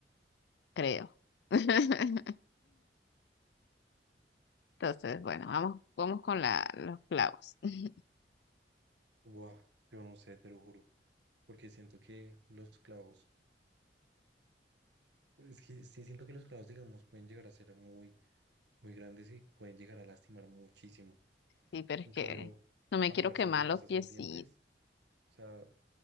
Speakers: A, on the left; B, on the right.
A: creo. <laughs> Entonces, bueno, vamos, vamos con la, los clavos. <laughs>
B: Buah, yo no sé, te lo juro, porque siento que los clavos, es que sí siento que los clavos, digamos, pueden llegar a ser muy muy grandes y pueden llegar a lastimar muchísimo.
A: Sí, pero
B: En
A: es que
B: Mm. cambio,
A: no me
B: caminar
A: quiero quemar
B: sobre brasas
A: los piecitos.
B: ardientes, o sea,